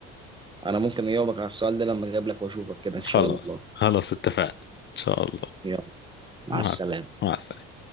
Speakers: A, on the right; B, on the left.
A: انا ممكن اجاوبك على السؤال ده لما اجيب لك واشوفك كده ان شاء
B: خلاص
A: الله
B: خلاص اتفقنا ان شاء الله
A: يلا مع
B: مع
A: السلامه
B: مع السلامة